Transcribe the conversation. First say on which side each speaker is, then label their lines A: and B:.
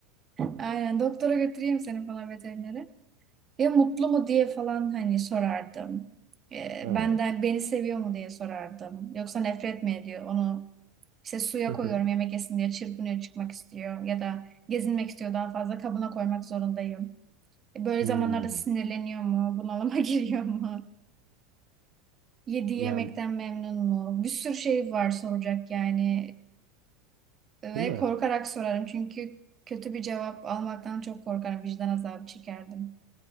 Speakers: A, on the right; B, on the right.
A: aynen doktora götüreyim seni falan veterinere. Ya mutlu mu diye falan hani sorardım. Ee,
B: Evet.
A: benden beni seviyor mu diye sorardım. Yoksa nefret mi ediyor? Onu işte suya
B: Hı hı.
A: koyuyorum yemek yesin diye çırpınıyor çıkmak istiyor. Ya da gezinmek istiyor daha fazla kabına koymak zorundayım. Böyle
B: Hmm.
A: zamanlarda sinirleniyor mu? Bunalıma <laughs> giriyor mu? Yediği
B: Yani
A: yemekten memnun mu? Bir sürü şey var soracak yani. Ve
B: değil mi?
A: korkarak sorarım çünkü kötü bir cevap almaktan çok korkarım. Vicdan azabı çekerdim.